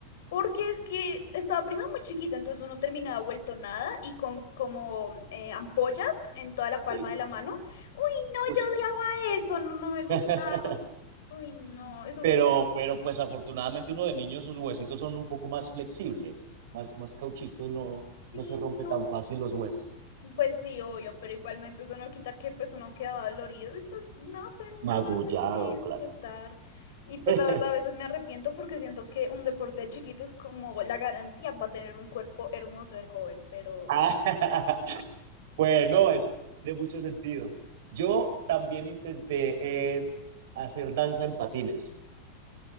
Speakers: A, on the left; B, on the right.
A: Porque es que estaba prima muy chiquita, entonces uno terminaba vuelto nada y con como eh, ampollas en toda la palma
B: Sí.
A: de la mano. Uy, no,
B: Uy.
A: yo odiaba eso, no, no me gustaba.
B: <laughs>
A: Uy, no, esos
B: Pero,
A: deportes,
B: pero pues afortunadamente uno de niño sus huesitos son un poco más flexibles, más, más cauchito y no,
A: sí,
B: no se rompe
A: no.
B: tan fácil los huesos.
A: Pues sí, obvio, pero igualmente eso no quita que pues uno quedaba dolorido y pues no sé, nunca
B: Magullado,
A: me lo terminé de disfrutar.
B: claro.
A: Y pues
B: <laughs>
A: la verdad a veces me arrepiento porque siento que un deporte de chiquito es como la garantía para tener un cuerpo hermoso de joven, pero
B: Ah, <laughs>
A: ah,
B: Bueno, eso tiene mucho sentido. Yo también intenté eh, hacer danza en patines.